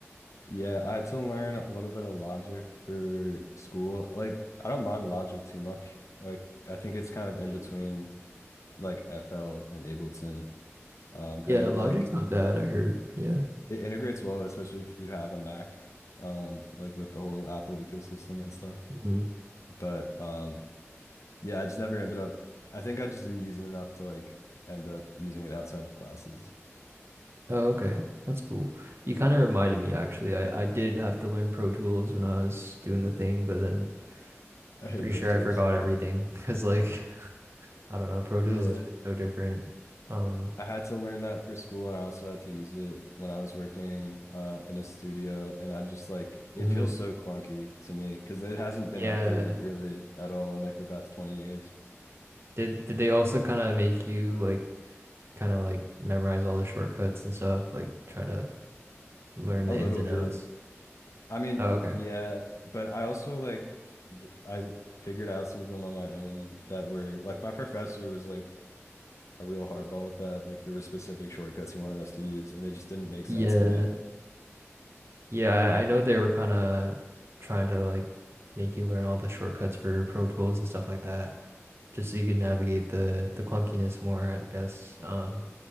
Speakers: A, on the left (about 80°); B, on the right (about 55°).
A: Yeah, I had to learn a little bit of Logic for school. Like, I don't mind Logic too much. Like, I think it's kind of
B: Mm.
A: in between like FL and Ableton. Um,
B: Yeah,
A: and it
B: Logic's
A: like
B: not bad, I heard. Yeah.
A: it integrates well, especially if you have a Mac, um, like with the whole Apple ecosystem and stuff.
B: hmm
A: But um, yeah, I just never ended up. I think I just didn't use it enough to like end up using it outside of classes.
B: Oh, okay. That's cool. You kind of reminded me actually. I I did have to learn Pro Tools when I was doing the thing, but then
A: I
B: I'm
A: hate
B: pretty
A: Pro
B: sure
A: Tools.
B: I forgot everything <laughs> because like I don't know, Pro Tools
A: Yeah.
B: is just so different. Um,
A: I had to learn that for school, and I also had to use it when I was working uh, in a studio. And I just like it
B: mhm.
A: feels so clunky to me because it hasn't
B: Yeah.
A: been updated really at all in like the past 20 years.
B: Did did they also kind of make you like kind of like memorize all the shortcuts and stuff, like try to learn
A: A
B: the
A: little
B: ins and
A: bit,
B: outs?
A: I mean,
B: Oh, okay.
A: yeah, but I also like th I figured out some of them on my own that were like my professor was like a real hardball with that. Like there were specific shortcuts he wanted us to use and they just didn't make
B: Yeah.
A: sense to me.
B: Yeah, I, I know they were kind of trying to like make you learn all the shortcuts for Pro Tools and stuff like that, just so you could navigate the the clunkiness more, I guess. Um,